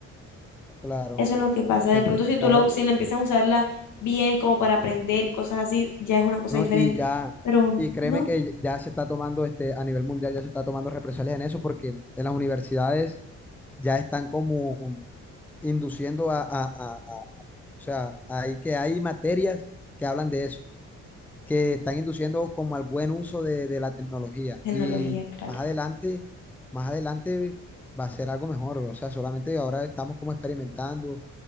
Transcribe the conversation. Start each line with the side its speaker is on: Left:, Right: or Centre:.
Centre: Claro,
Left: Eso es lo que pasa. De
Centre: es,
Left: pronto, si
Centre: claro,
Left: tú lo, si la empiezan a usarla bien, como para aprender y cosas así, ya es una cosa
Centre: no,
Left: diferente.
Centre: y ya,
Left: Pero
Centre: y créeme
Left: no,
Centre: que ya se está tomando, este, a nivel mundial ya se está tomando represalias en eso, porque en las universidades ya están como induciendo a, a- a- a- o sea, hay que hay materias que hablan de eso, que están induciendo como al buen uso de, de la tecnología,
Left: tecnología,
Centre: y
Left: claro.
Centre: más adelante, más adelante va a ser algo mejor, o sea, solamente ahora estamos como experimentando,